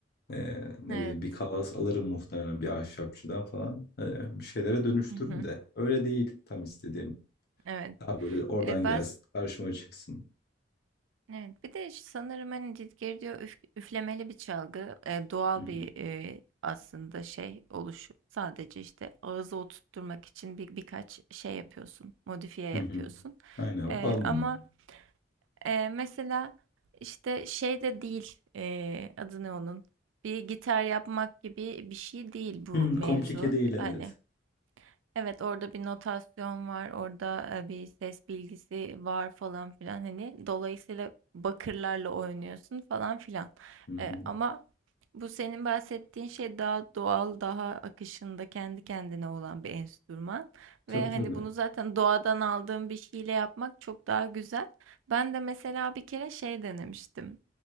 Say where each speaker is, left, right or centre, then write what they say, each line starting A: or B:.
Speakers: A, on the left; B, on the right.
A: e, ne
B: Evet.
A: bileyim bir kalas alırım muhtemelen bir ahşapçıdan falan. E, bir şeylere dönüştürürüm
B: Hı hı.
A: de. Öyle değil tam istediğim.
B: Evet.
A: Daha böyle oradan
B: Eee, baz
A: gelsin, karşıma çıksın.
B: Evet. Bir de sanırım, hani, cid geri diyor üf üflemeli bir çalgı. Eee, doğal
A: Hı hı.
B: bir, eee, aslında şey, oluşu. Sadece, işte, ağızı oturtturmak için bir birkaç şey yapıyorsun, modifiye
A: Hı
B: yapıyorsun.
A: hı. Aynen,
B: Eee,
A: bal mı?
B: ama Eee, mesela, işte, şey de değil, eee, adı ne onun? Bir gitar yapmak gibi bir şey değil bu
A: Hı,
B: mevzu.
A: komplike değil evet.
B: Hani, Evet orada bir notasyon var, orada e, bir ses bilgisi var falan filan hani dolayısıyla bakırlarla oynuyorsun falan filan.
A: Hı hı.
B: E, ama bu senin bahsettiğin şey daha doğal, daha akışında kendi kendine olan bir enstrüman
A: Tabii
B: ve
A: tabii.
B: hani bunu zaten doğadan aldığın bir şeyle yapmak çok daha güzel. Ben de mesela bir kere şey denemiştim.